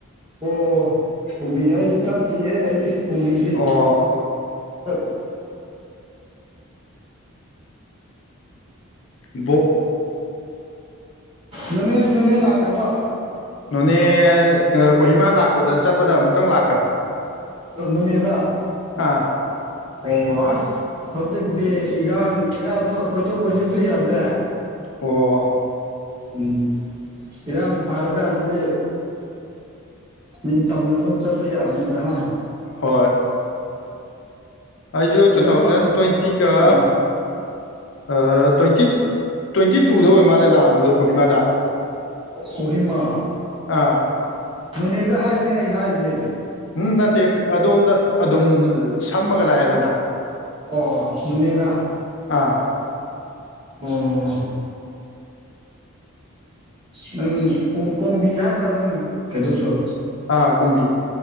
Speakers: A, on the right; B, on the left.
A: ꯑꯣ ꯀꯨꯝꯕꯤ ꯑꯩ ꯆꯠꯇ꯭ꯔꯤꯍꯦ ꯑꯩꯗꯤ ꯀꯨꯝꯕꯤꯗꯤ
B: ꯑꯣ
A: ꯑꯝ
B: ꯕꯣꯛ
A: ꯅꯅꯦ ꯅꯅꯦ ꯂꯥꯛꯈ꯭ꯔꯕꯣ
B: ꯅꯣꯅꯦ ꯀꯣꯍꯤꯃꯥ ꯂꯥꯛꯄꯗ ꯆꯠꯄꯗ ꯑꯃꯨꯛꯇꯪ ꯂꯥꯛꯈꯔꯦ
A: ꯅꯣꯅꯦꯗ
B: ꯑꯥ
A: ꯑꯣ ꯑꯁ ꯍꯧꯖꯤꯛꯇꯤ ꯏꯔꯥꯟ ꯏꯔꯥꯟꯗ ꯀꯣꯏꯊꯣꯛ ꯀꯣꯏꯁꯤꯟꯁꯨ ꯌꯥꯗ꯭ꯔꯦ꯫
B: ꯑꯣ
A: ꯎꯝ ꯏꯔꯥꯡ ꯐꯥꯔ ꯀꯥꯟꯗꯗꯤ ꯅꯤꯡ ꯇꯝꯅ ꯑꯗꯨꯝ ꯆꯠꯄ ꯌꯥꯕꯅꯤꯕ ꯍꯥ
B: ꯍꯣꯏ ꯑꯩꯁꯨ ꯇꯨ
A: ꯏꯔꯥꯡ
B: ꯊꯥꯎꯖꯟ
A: ꯐꯥ
B: ꯇ꯭ꯋꯦꯟꯇꯤꯒ
A: ꯎꯝ
B: ꯑꯥ ꯇ꯭ꯋꯦꯟꯇꯤ ꯇ꯭ꯋꯦꯟꯇꯤ ꯇꯨꯗ ꯑꯣꯏ ꯃꯥꯜꯂꯦ ꯂꯥꯛꯑꯝꯕꯗꯣ ꯀꯣꯍꯤꯃꯥꯗ
A: ꯀꯣꯍꯤꯃꯥ
B: ꯑꯥ
A: ꯅꯣꯅꯦꯗ ꯍꯥꯏꯔꯤꯅꯦ ꯑꯩ ꯍꯥꯏꯔꯤꯁꯦ
B: ꯎꯝ ꯅꯠꯇꯦ ꯑꯗꯣꯝꯗ ꯑꯗꯨꯝ ꯁꯝꯃꯒ ꯂꯥꯛꯑꯦꯗꯅ
A: ꯑꯣ ꯑꯣ ꯅꯣꯅꯦꯗ
B: ꯑꯥ
A: ꯑꯣ ꯅꯪ ꯀꯣꯝ ꯀꯣꯝꯕꯤ ꯍꯥꯏꯕ꯭ꯔꯥ ꯅꯪ ꯀꯩꯅꯣꯗꯣ
B: ꯑꯥ ꯀꯨꯝꯕꯤ